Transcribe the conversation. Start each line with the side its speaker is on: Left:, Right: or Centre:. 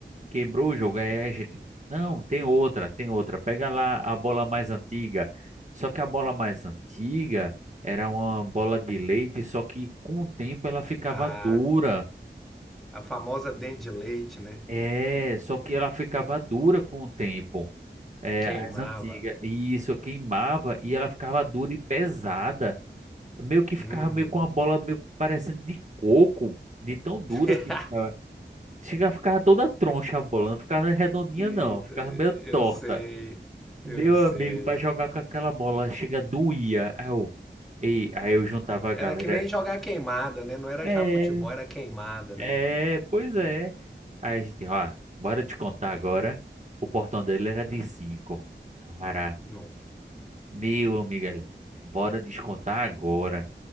Right: quebrou o jogo. Aí a gente, não, tem outra, tem outra. Pega lá a bola mais antiga. Só que a bola mais antiga era uma bola de leite, só que com o tempo ela ficava
Centre: A,
Right: dura.
Centre: a famosa dente de leite, né?
Right: É, só que ela ficava dura com o tempo. É,
Centre: Queimava.
Right: as antigas. E isso queimava e ela ficava dura e pesada. Meio que ficava
Centre: Hum.
Right: meio com a bola meio parecendo de coco, de tão dura
Centre: <laughs>
Right: que ficava. Chega, ficava toda troncha a bola, não ficava redondinha
Centre: Eita,
Right: não, ficava
Centre: eu
Right: meio torta.
Centre: sei,
Right: Meu
Centre: eu sei.
Right: amigo, pra jogar com aquela bola, chega doía. Aí eu, e, aí eu juntava
Centre: Era
Right: a galera.
Centre: que nem jogar queimada, né? Não era
Right: É.
Centre: já futebol, era queimada,
Right: É,
Centre: né?
Right: pois é. Aí a gente, ó, bora te contar agora. O portão dele era de 5 Cara,
Centre: Não.
Right: meu amigo, olha, bora descontar agora.